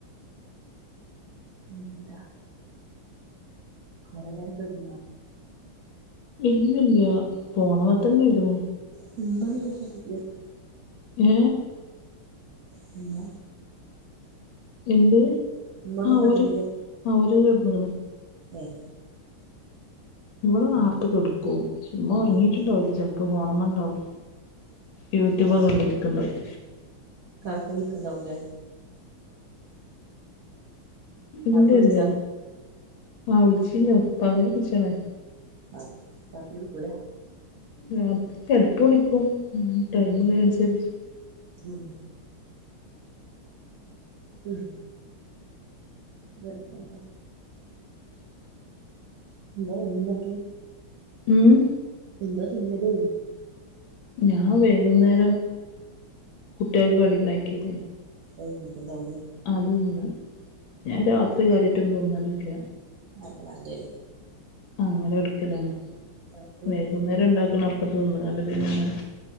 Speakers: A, on the right (about 90°); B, on the left (about 70°).
A: പിന്നെന്താ അവിടെല്ലാരും കിടന്ന
B: ഇല്ലല്ല ഫോണ് മ്മെ തന്നെ ഇടുന്നേ
A: പിന്നെ ഒന്നും <unintelligible>
B: ഏ
A: പിന്നെ
B: എന്ത്
A: ഉമ്മൊന്നും
B: ആ
A: കിടന്നീല്ലേ
B: ഓര് ആ ഓര് കിടന്നേക്കണ്
A: ഏയ്
B: ഇവിടെ
A: ആഹ്
B: നേർത്ത് കെടുക്കും ചുമ്മ ഉറങ്ങിയിട്ടുണ്ടാവില്ല
A: അതെ
B: ചിലപ്പോ ഫോണമ്മ ഉണ്ടാവും യൂട്യൂബ്
A: കാ
B: കണ്ടിരിക്കണ്ടാവും
A: കാക്കു വിളിക്കുന്നുണ്ടാവുല്ലേ
B: ഇല്ല
A: കാക്കു വിളിച്ചാ
B: ഇല്ല ആ വിളിച്ചിന്നു പകൽ വിളിച്ചണേ
A: ആ രാത്രിവിളിക്കൂല
B: രാത്രി ചെലപ്പം വിളിക്കുംടൈ
A: ഉം
B: മ്
A: ഉം
B: ല്ലെ അനുസരിച്ച്
A: ഉം ഉം നിർബന്ധ എന്താ എന്നിട്ട്
B: ഉം
A: എന്താ തിന്നത്
B: ഞാ വൈകുന്നേരം കുട്ടികൾക്ക് കടി ഉണ്ടാക്കിയത്
A: <unintelligible> എന്താ വേണ്ടേ
B: അത് തിന്ന് ഞാൻ രാത്രി കാര്യായിട്ടൊന്നും തിന്നലി ഇല്ല.
A: അതാ നല്ലെ
B: അങ്ങനെ എടുക്കലാണ്
A: രാത്രി
B: വേകുന്നേരം ഉണ്ടാക്കണ അപ്പം തിന്ന് കണ്ട് പിന്നെ അങ്ങനെ കൊടുക്കലാണ്.